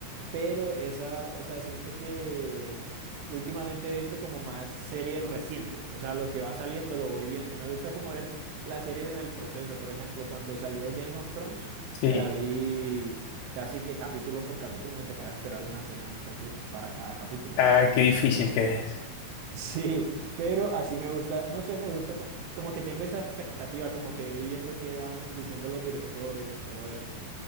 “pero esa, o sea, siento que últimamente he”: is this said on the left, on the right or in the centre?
Right